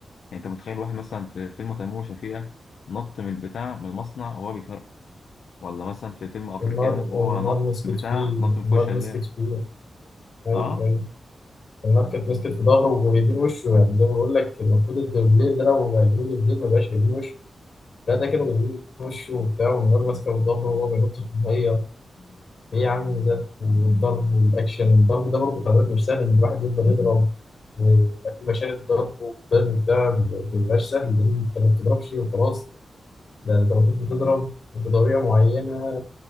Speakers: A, on the left; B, on the left.
A: يعني أنت متخيل واحد مثلا في فيلم تيمور وشفيقة نط من البتاع من المصنع وهو بيفرقع ولا مثلا في فيلم أفريكانو
B: والنار
A: وهو
B: والنار
A: نط
B: مسكت
A: من البتاع
B: فيه
A: نط من فوق
B: النار
A: الشلال
B: مسكت فيه أيوه
A: أه
B: أيوه النار كانت مسكت في ظهره وجايبين وشه يعني زي ما بقول لك المفروض الدبلير ده لو هيجيبوا دبلير ما بقاش جايبين وشه لا ده كانوا جايبين وشه وبتاع والنار ماسكه في ظهره وهو بينط في الميه ايه يا عم ده والضرب والاكشن والضرب ده برضه خلي بالك مش سهل ان الواحد يفضل يضرب ويبقى في مشاهد ضرب وقتال وبتاع ما بيبقاش سهل لان انت ما بتضربش وخلاص ده انت المفروض بتضرب بطريقه معينه